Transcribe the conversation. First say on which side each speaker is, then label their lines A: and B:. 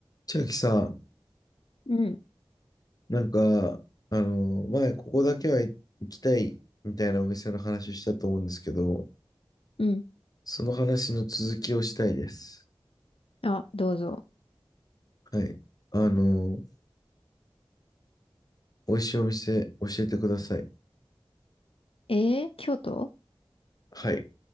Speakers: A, on the left; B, on the left.
A: 千秋さん、
B: うん、
A: なんか、あの、前、ここだけは行きたいみたいなお店の話したと思うんですけど、
B: うん。
A: その話の続きをしたいです。
B: あ、どうぞ。
A: はい。あの、美味しいお店教えてください。
B: えー、京都
A: はい。